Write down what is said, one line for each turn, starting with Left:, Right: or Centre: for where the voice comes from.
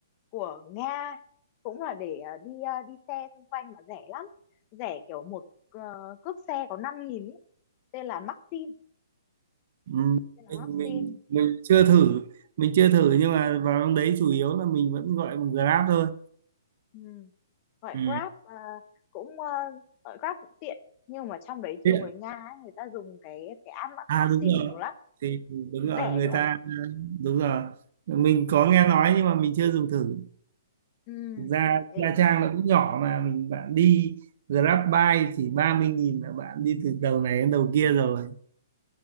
Left: của Nga cũng là để ờ, đi ờ, đi xe xung quanh mà rẻ lắm rẻ kiểu một ờ, cước xe có 5 nghìn ý. tên là Maxim
Right: ừ.
Left: tên là
Right: mình
Left: Maxim
Right: mình mình chưa thử mình chưa thử nhưng mà vào trong đấy chủ yếu là mình vẫn gọi bằng Grab thôi
Left: ừ. gọi
Right: ừ.
Left: Grab ờ, cũng ờ, gọi Grab cũng tiện nhưng mà trong đấy
Right: Thế
Left: nhiều
Right: ạ?
Left: người Nga ấy, người ta dùng cái cái app Max-
Right: à
Left: Maxim
Right: đúng rồi
Left: nhiều lắm
Right: thì đúng rồi
Left: rẻ
Right: người
Left: nữa
Right: ta đúng rồi mình có nghe nói nhưng mà mình chưa dùng thử
Left: ừ.
Right: thực ra
Left: thế
Right: Nha Trang nó cũng nhỏ mà mình bạn đi Grab bike chỉ 30 nghìn là bạn đi từ đầu này đến đầu kia rồi